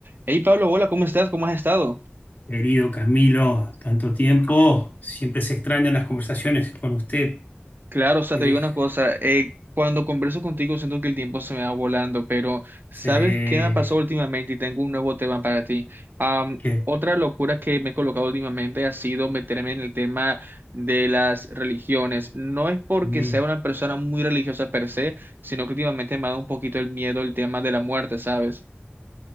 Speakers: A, on the right; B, on the left.
A: Hey Pablo, hola, ¿cómo estás? ¿Cómo has estado?
B: Querido Camilo, tanto tiempo. Siempre se extrañan las conversaciones con usted
A: Claro, o sea,
B: que
A: te
B: deje.
A: digo una cosa, eh, cuando converso contigo siento que el tiempo se me va volando, pero ¿sabes
B: se-
A: qué me pasó últimamente? Y tengo un nuevo tema para ti. Am,
B: que,
A: otra locura que me he colocado últimamente ha sido meterme en el tema de las religiones. No es porque
B: mm.
A: sea una persona muy religiosa per se, sino que últimamente me ha dado un poquito el miedo el tema de la muerte, ¿sabes?